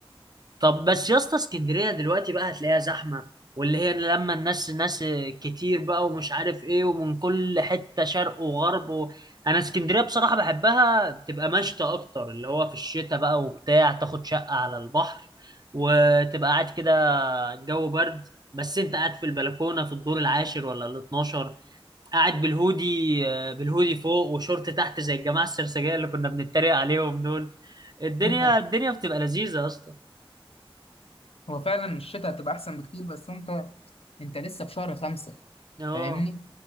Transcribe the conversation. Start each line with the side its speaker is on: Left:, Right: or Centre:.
Right: طب بس يا اسطى اسكندرية دلوقتي بقى هتلاقيها زحمة واللي هي لما الناس ناس كتير بقى ومش عارف ايه ومن كل حتة شرق وغرب و... انا اسكندرية بصراحة بحبها بتبقى مشتى اكتر اللي هو في الشتاء بقى وبتاع تاخد شقة على البحر وتبقى قاعد كده الجو برد بس انت قاعد في البلكونه في الدور العاشر ولا ال 12 قاعد بالهودي آه، بالهودي فوق وشورت تحت زي الجماعه السرسجيه اللي كنا بنتريق عليهم دول الدنيا
Left: <laughs>
Right: الدنيا بتبقى لذيذه يا اسطى
Left: هو فعلا الشتاء هتبقى احسن بكتير بس انت انت لسه في شهر خمسة
Right: اه
Left: فاهمني